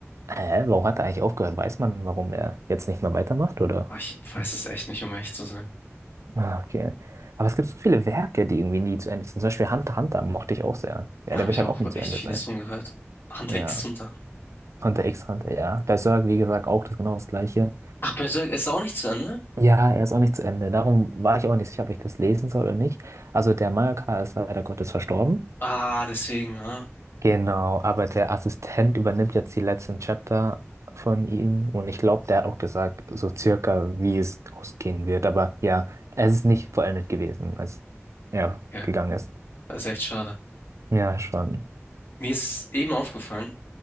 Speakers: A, on the right; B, on the left.
A: Hä, warum hat er eigentlich aufgehört? Weiß man, warum er jetzt nicht mehr weitermacht, oder?
B: Aber ich weiß es echt nicht, um echt zu sein.
A: Ah, Okay. Aber es gibt so viele Werke, die irgendwie nie zu Ende sind. Zum Beispiel Hunter x Hunter mochte ich auch sehr. Ja,
B: Da
A: der
B: habe
A: wird
B: ich
A: halt
B: auch
A: auch nie zu
B: echt
A: Ende
B: vieles
A: sein.
B: von gehört. Hunter
A: Ja.
B: x Hunter.
A: Hunter x Hunter, ja. Berserk, wie gesagt, auch das genau das Gleiche.
B: Ach, Berserk ist auch nicht zu Ende?
A: Ja, er ist auch nicht zu Ende. Darum war ich auch nicht sicher, ob ich das lesen soll oder nicht. Also der Mangaka ist leider Gottes verstorben.
B: Ah, deswegen, Ja,
A: Genau, aber der Assistent übernimmt jetzt die letzten Chapter von ihm und ich glaube, der hat auch gesagt, so circa, wie es ausgehen wird. Aber ja, es ist nicht vollendet gewesen, als er
B: Okay,
A: gegangen ist.
B: das ist echt schade.
A: Ja, schon.
B: Mir ist eben aufgefallen,